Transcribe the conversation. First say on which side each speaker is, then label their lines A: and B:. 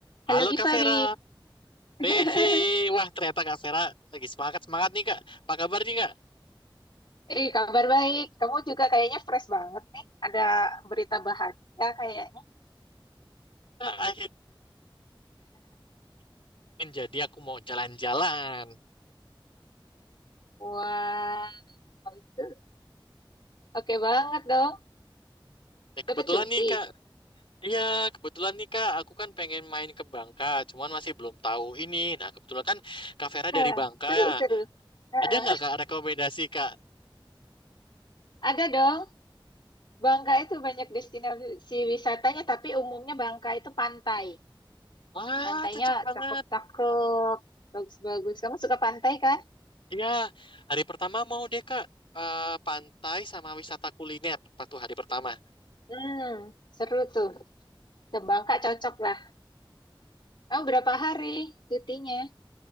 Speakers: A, on the left; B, on the left.
A: Halo
B: Halo
A: Gifari,
B: Kak Vera.
A: <laughs>
B: Hehe. Wah, ternyata Kak Vera lagi semangat-semangat nih Kak. Apa kabar nih Kak?
A: eh kabar baik. Kamu juga kayaknya fresh banget nih. Ada berita bahagia kayaknya.
B: Ah, Akhirnya menjadi aku mau jalan-jalan.
A: Wah, itu oke banget dong.
B: Ya, kebetulan
A: Dapat cuti.
B: nih Kak. Iya, kebetulan nih Kak. Aku kan pengen main ke Bangka. Cuman masih belum tahu ini. Nah, kebetulan kan Kak Vera
A: Nah,
B: dari Bangka
A: seru
B: ya.
A: seru. Heeh.
B: Ada nggak Kak rekomendasi Kak?
A: Ada dong. Bangka itu banyak destinasi wisatanya, tapi umumnya Bangka itu pantai.
B: Wah,
A: Pantainya
B: cocok banget.
A: cakep-cakep, bagus-bagus. Kamu suka pantai kan?
B: Iya, hari pertama mau deh Kak. Eh, pantai sama wisata kuliner waktu hari pertama.
A: Hmm, seru tuh. Ke Bangka cocok lah. Kamu berapa hari cutinya?